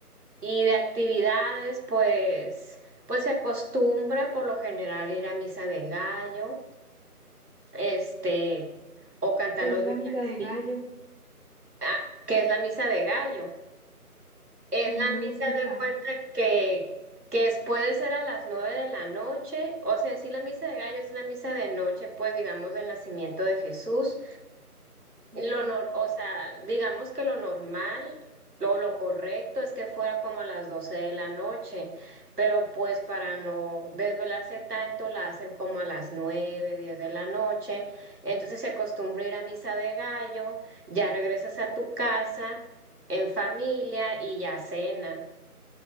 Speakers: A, on the right (about 80°); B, on the right (about 40°).
A: Y de actividades, pues, pues se acostumbra por lo general ir a misa de gallo, este, o cantar
B: ¿Qué
A: los
B: es la
A: villancicos.
B: misa de gallo?
A: Ah, que es la misa de gallo. Es
B: Sí,
A: la
B: no lo había
A: misa
B: escuchado.
A: de cuenta que, que es- puede ser a las nueve de la noche, o sea, en sí la misa de gallo es la misa de noche, pues digamos, del nacimiento de Jesús.
B: Ah,
A: Lo nor- o sea, digamos que lo normal, lo, lo correcto es que fuera como a las 12 de la noche, pero pues para no desvelarse tanto, la hacen como a las 9 10 de la noche. Entonces se acostumbra ir a misa de gallo, ya regresas a tu casa en familia y ya cenan.